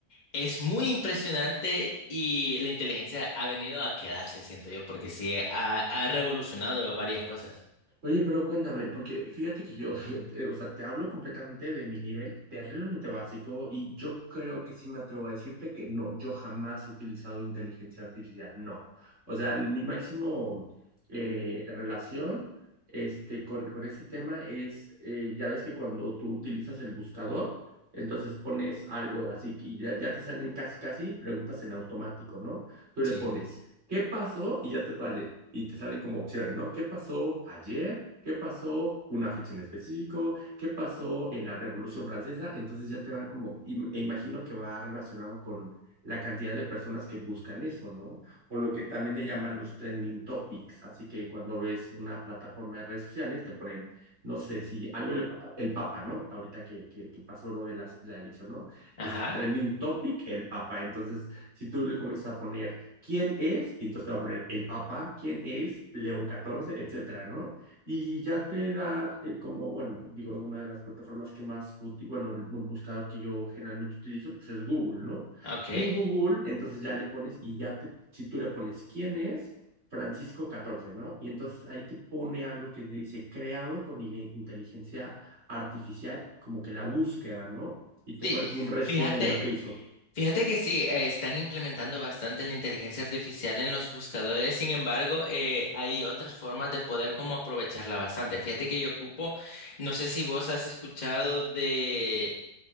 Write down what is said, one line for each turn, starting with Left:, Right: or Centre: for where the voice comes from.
Left: es muy impresionante y la inteligencia ha venido a quedarse, siento yo, porque sí, eh, ha, ha revolucionado varias cosas.
Right: Oye, pero cuéntame, porque fíjate que yo, <laughs> yo te- o sea, te hablo completamente de mi nivel terriblemente básico y yo creo que sí me atrevo a decirte que no, yo jamás he utilizado inteligencia artificial, no. O sea, el- mi máximo eh, relación este, con, con este tema es, eh, ya ves que cuando tú utilizas el buscador, entonces pones algo así y ya, ya te salen casi, casi preguntas en automático, ¿no? Tú
Left: Sí.
Right: le pones ¿Qué pasó? Y ya te vale, y te salen como opciones, ¿no? ¿Qué pasó ayer? ¿Qué pasó una fecha en específico? ¿Qué pasó en la Revolución Francesa? Entonces ya te va como, im- e imagino que va relacionado con la cantidad de personas que buscan eso, ¿no? O lo que también le llaman los trending topics. Así que cuando ves una plataforma de redes sociales, te ponen, no sé, si algo le, pa- el Papa, ¿no? Ahorita que, que, que pasó lo de la, la elección, ¿no? Entonces,
Left: Ajá,
Right: trending topic, el Papa. Entonces, si tú le comienzas a poner ¿Quién es? Y entonces te va a poner el Papa, ¿quién es? León XIV, etcétera, ¿no? Y ya te da, eh, como, bueno, digo, una de las plataformas que más útil, bueno, el, el buscador que yo generalmente utilizo, pues es Google, ¿no?
Left: ok.
Right: Y en Google, entonces ya le pones, y ya te, si tú le pones quién es, Francisco XIV, ¿no? Y entonces ahí te pone algo que dice creado con inteligencia artificial, como que la búsqueda, ¿no? Y te
Left: Sí,
Right: pone como un resumen
Left: fíjate,
Right: de lo que hizo.
Left: fíjate que sí, eh, están implementando bastante la inteligencia artificial en los buscadores, sin embargo, eh, hay otras formas de poder como aprovecharla bastante. Fíjate que yo ocupo, no sé si vos has escuchado de